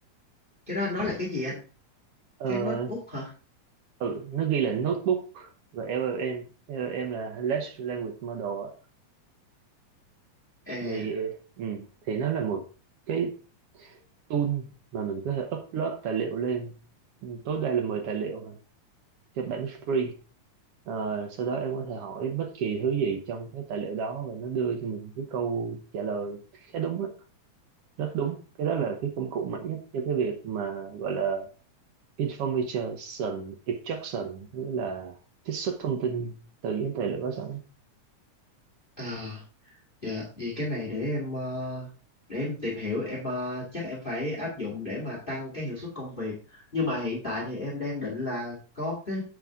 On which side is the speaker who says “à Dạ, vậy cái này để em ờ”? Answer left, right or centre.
Left